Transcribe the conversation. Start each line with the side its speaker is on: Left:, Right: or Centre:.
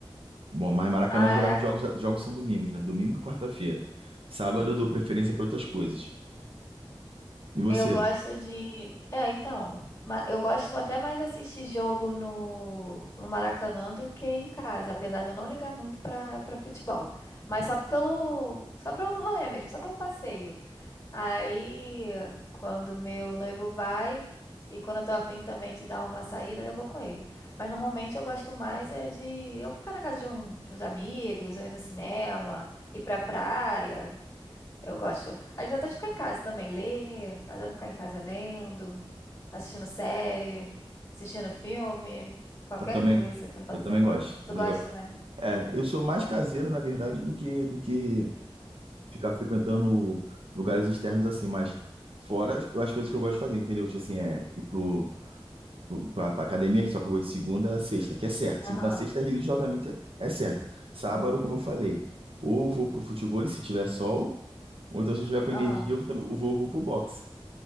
Right: Bom, mas Maracanã
Left: ah,
Right: geralmente
Left: é
Right: jogos, jogos são domingos, né? Domingo e quarta-feira. Sábado eu dou preferência pra outras coisas. E você?
Left: Eu gosto de. É, então. ma- Eu gosto até mais de assistir jogo no, no Maracanã do que em casa, apesar de eu não ligar muito pra para futebol. Mas só pelo. Só pra um rolê mesmo, só pelo passeio. Aí, quando meu noivo vai, e quando eu tô afim também de dar uma saída, eu vou com ele. Mas normalmente eu gosto mais é de eu ficar na casa de, um- de uns amigos, ou ir no cinema, ir pra praia. Eu gosto. Às vezes até de ficar em casa também, ler. Adoro ficar em casa lendo, assistindo série, assistindo filme, qualquer
Right: Eu também,
Left: coisa, final
Right: eu
Left: de
Right: também
Left: semana.
Right: gosto,
Left: Tu
Right: também
Left: gosta
Right: gosto.
Left: também?
Right: É, eu sou mais caseiro, na verdade, do que do que ficar frequentando lugares externos assim, mas fora as, as coisas que eu gosto de fazer, entendeu? Tipo assim, é ir pro, pro, pra, pra academia, que só que eu vou de segunda a sexta, que é certo.
Left: Aham,
Right: Segunda a sexta, religiosamente, é certo. Sábado, como eu falei, ou vou pro futebol, se tiver sol, ou então se eu tiver com
Left: aham.
Right: energia, eu também eu vou, vou pro boxe.